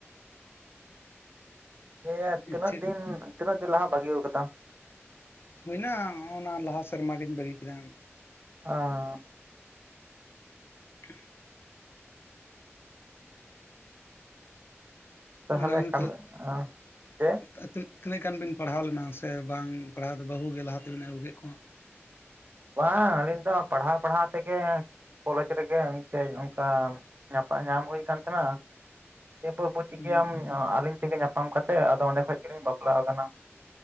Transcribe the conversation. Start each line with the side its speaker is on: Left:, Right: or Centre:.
Right: ᱫᱤᱭᱮ ᱛᱤᱱᱟᱹᱜ
Left: ᱤᱪᱪᱷᱟᱹ
Right: ᱫᱤᱱ ᱛᱤᱱᱟᱹᱜ ᱫᱤᱱ ᱞᱟᱦᱟ ᱵᱟᱜᱤᱭᱟᱹᱶ ᱠᱟᱫᱟᱢ
Left: ᱦᱩᱭᱱᱟ ᱚᱱᱟ ᱞᱟᱦᱟ ᱥᱮᱨᱢᱟ ᱜᱤᱧ ᱵᱟᱹᱜᱤ ᱠᱮᱫᱟ
Right: ᱟᱸ
Left: <inaudible>
Right: ᱛᱟᱦᱚᱞᱮ
Left: ᱚᱱᱟ ᱫᱚ ᱟᱵᱤᱱᱟᱜ
Right: ᱠᱟᱹᱢᱤ ᱪᱮᱫ
Left: <unintelligible> ᱛᱤᱱᱟᱹᱜ ᱜᱟᱱ ᱵᱤᱱ ᱯᱟᱲᱦᱟᱣ ᱞᱮᱱᱟ ᱥᱮ ᱵᱟᱝ ᱯᱟᱲᱦᱟᱣ ᱫᱚ ᱵᱟᱹᱦᱩ ᱜᱮ ᱞᱟᱦᱟ ᱛᱮᱵᱤᱱ ᱟᱹᱜᱩ ᱠᱮᱫ ᱠᱚᱣᱟ᱾
Right: ᱵᱟᱝ ᱟᱹᱞᱤᱧ ᱫᱚ ᱯᱟᱲᱦᱟᱣ ᱯᱟᱲᱦᱟᱣ ᱛᱮᱜᱮ ᱠᱚᱞᱮᱡᱽ ᱨᱮᱜᱮ ᱢᱤᱫᱴᱮᱡ ᱚᱱᱠᱟ ᱧᱟᱯᱟ ᱧᱟᱢ ᱦᱩᱭ ᱠᱟᱱ ᱛᱟᱦᱮᱸᱱᱟ᱾ ᱮ ᱯᱳᱨ ᱯᱳᱨ ᱪᱤᱠᱟᱹᱭᱟᱢ
Left: ᱦᱩᱸ
Right: ᱟᱹᱞᱤᱧ ᱛᱮᱜᱮ ᱧᱟᱯᱟᱢ ᱠᱟᱛᱮᱮᱫ ᱟᱫᱚ ᱚᱸᱰᱮ ᱠᱷᱚᱡ ᱜᱮᱞᱤᱧ ᱵᱟᱯᱞᱟ ᱟᱠᱟᱱᱟ᱾